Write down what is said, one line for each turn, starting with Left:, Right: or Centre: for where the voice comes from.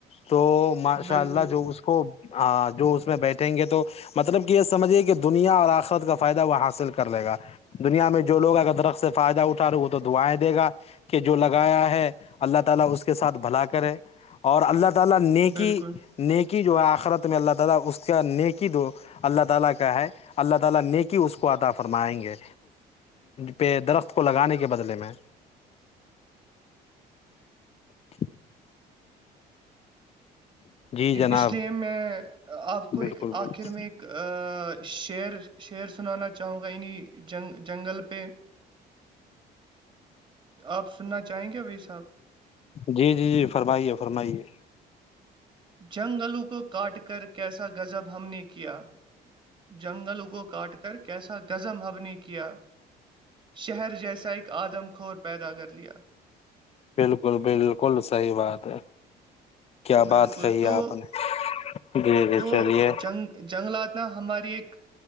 Left: تو ماشاء
Right: بالکل
Left: اللہ جو اس کو جو اس میں بیٹھیں گے تو مطلب کہ یہ سمجھیے کہ دنیا اور آخرت کا فائدہ وہ حاصل کر لے گا دنیا میں جو لوگ اگر درخت سے فائدہ اٹھ رہے ہیں وہ تو دعائیں دے گا کہ جو لگایا ہے اللہ تعالی اس کے ساتھ بھلا کرے اور اللہ تعالی نیکی
Right: بالکل
Left: نیکی جو اخرت میں اللہ تعالی اس کا نیکی دو اللہ تعالی کا ہے اللہ تعالی نیکی اس کو عطا فرمائی ہے پہ درخت کو لگانے کے بدلے میں <inaudible> جی جناب
Right: اس لیے میں آپ کو
Left: بالکل
Right: ایک
Left: بالکل
Right: آخر میں ایک شعر شعر سنانا چاہوں گا انہیں جنگ جنگل پہ آپ سننا چاہیں گے وہی صاحب
Left: جی جی جی فرمائیے فرمائیے
Right: جنگلوں کو کاٹ کر کیسا غضب ہم نے کیا جنگل کو کاٹ کر کیسا غزم حب نے کیا شہر جیسا ایک آدم کور پیدا کر لیا
Left: بالکل بالکل سحی بات ہے کیا
Right: بالکل
Left: بات کہی
Right: تو
Left: آپ نے جی جی
Right: تو
Left: چلیے
Right: جنگ جنگلات ہماری ایک